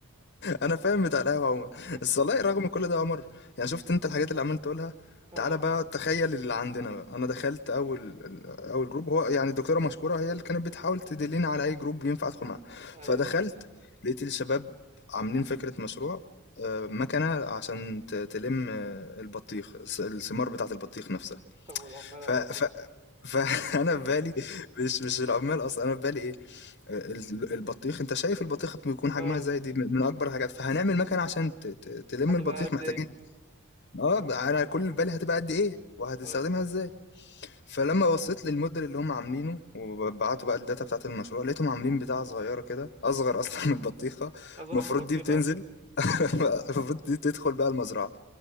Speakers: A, on the left; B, on the right.
A: انا فاهم بتاع القهوه عموما
B: <laughs>
A: بس والله رغم كل ده يا عمر يعني شفت انت الحاجات اللي عمال تقولها
B: اه
A: تعالى بقى تخيل اللي عندنا بقى انا دخلت اول
B: امم
A: اول جروب هو يعني الدكتوره مشكوره هي اللي كانت بتحاول تدلني على اي جروب ينفع ادخل معاه
B: ايوه
A: فدخلت
B: ايوه
A: لقيت الشباب عاملين فكره مشروع آه، مكنه عشان ت- تلم آه، البطيخ الس- الثمار بتاعه البطيخ نفسها
B: طب والعمال
A: ف
B: هيروحوا
A: ف
B: فين
A: فانا
B: <laughs>
A: <laughs> في بالي مش مش العمال اصلا انا في بالي ايه ال- البطيخ انت شايف البطيخه بيكون حجمها
B: اه
A: ازاي دي من من اكبر الحاجات فهنعمل مكنه عشان ت... ت... تلم
B: هتبقى
A: البطيخ
B: قد
A: محتاجين
B: ايه
A: اه انا
B: <laughs>
A: كل اللي في بالي هتبقى قد ايه وهتستخدمها
B: اه
A: ازاي فلما بصيت للموديل اللي هم عاملينه وبعتوا بقى الداتا بتاعت المشروع لقيتهم عاملين بتاعه صغيره كده اصغر اصلا من البطيخه
B: اظهر
A: المفروض
B: من البطيخة
A: دي بتنزل
B: اصلا
A: <laughs> المفروض دي تدخل بقى المزرعه